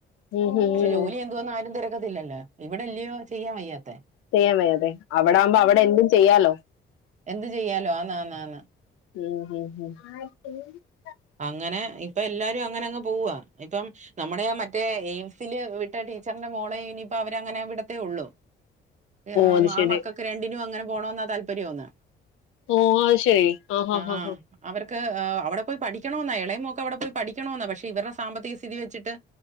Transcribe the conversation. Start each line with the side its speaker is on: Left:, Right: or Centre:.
Left: ഉം ഉം
Right: പക്ഷെ
Left: ഉം.
Right: ജോലി എന്തുവാന്ന് ആരും തെരക്കത്തില്ലല്ലാ. ഇവ്ടെല്ലയോ ചെയ്യാൻ വയ്യാത്തേ-
Left: ചെയ്യാൻവയ്യാതെ അവടാമ്പോ അവടെന്തും ചെയ്യാലോ.
Right: എന്ത് ചെയ്യാലോ ആന്നാ ആന്നാ ആന്ന്
Left: <unintelligible> ഉം
Right: അങ്ങനെ ഇപ്പ എല്ലാരും അങ്ങനങ്ങ് പൂവാ. ഇപ്പം ന്നമ്മടെ ആ മറ്റേ എയിംസില് വിട്ട ട്ടീച്ചർന്റെ മോളെ ഇനിപ്പ അവൻ ഇവരങ്ങനെ വിടത്തേ ഒള്ളു രാ
Left: അത് ശരി
Right: ആ മക്കക്ക് രണ്ടിനും അങ്ങന പോണോന്നാ താല്പര്യോന്ന്.
Left: ഓ അയ് ശെരി ആ ഹാ ഹാ
Right: ആഹ് അവർക്ക് ഏ അവ്ടപോയ്‌ പഠിക്കണോ ന്നാ എളയമോക്ക്‌ അവ്ടപോയ് പഠിക്കണോന്നാ പശെ ഇവര്ടെ സാമ്പത്തിക സ്ഥിതി വെച്ച്ട്ട്